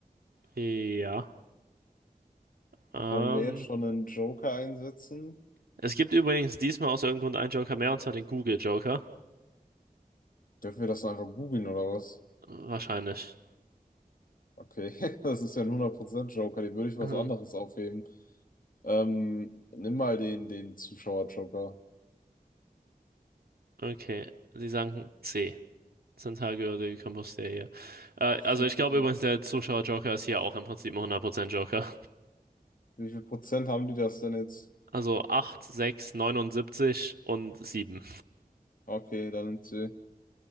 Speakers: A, on the right (about 85°); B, on the left (about 65°).
A: Ja. Ähm,
B: Wollen wir jetzt schon einen Joker einsetzen?
A: es gibt übrigens diesmal aus irgendeinem Grund einen Joker mehr, und zwar den Google Joker.
B: Dürfen wir das einfach googeln oder was?
A: Wahrscheinlich.
B: Okay, <laughs> das ist ja ein hundert Prozent Joker, die würde ich was
A: Ähm,
B: anderes aufheben. Ähm, nimm mal den, den Zuschauer-Joker.
A: okay, Sie sagen C. Santiago de Compostela. Äh,
B: So,
A: also
B: Wie
A: ich glaube
B: viel,
A: übrigens, der Zuschauer Joker ist hier auch im Prinzip ein 100% Joker.
B: wie viel Prozent haben die das denn jetzt?
A: Also 8, 6, 79 und 7
B: Okay, dann nimmt sie.